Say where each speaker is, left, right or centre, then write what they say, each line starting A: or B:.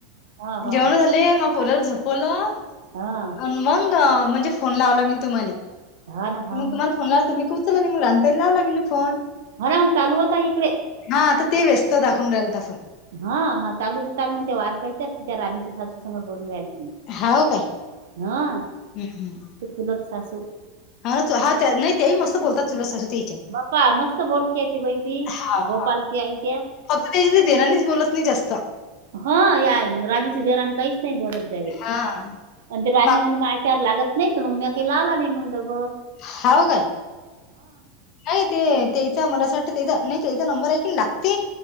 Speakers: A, on the right (about 75°); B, on the left (about 50°).
A: हो हो
B: जेवण झाले म पोरला झोपवलं.....
A: हा....
B: मग म्हणजे फोन लावला मी तुम्हा म
A: हा ना हा ना
B: तुम्हाला.... फोन लावल्यावर मी तुम्ही उचलला काय नाही मग रात्री आणि लावला मी फोन....
A: हर चालू होता इकडे....
B: हा आता ते व्यस्त दाखवून राहिल तर फोन...
A: हा मग चालू होता मग ते वार खेळतेच त्या राणीच्या सासू समोर बोलून रायल त....
B: हाव काय
A: हा
B: हम्म, हम्म.
A: ते चुलत सासू....
B: हा ना हा त्या नाही तेही मस्त बोलतात चुलत सासू ते....
A: बाप्पा मस्त बोलते त बाहिती
B: हा
A: गोपालची
B: हा
A: आई त्याया....
B: फक्त त्याच्या ते दिरानीच बोलत नाही जास्त
A: हा या राणीची देवरानी काहीच नाही बोलत जा बाई
B: हा
A: आणि ते राणी
B: मग
A: म्हणे माझ्या यांच्यावर लागत नाहीत मग मी काही लावला नाही मग बघत
B: हाव काय? नाही ते त्याचा मला असं वाटतं तेचा नाही त्याचा नंबर ऐकि नाही लागते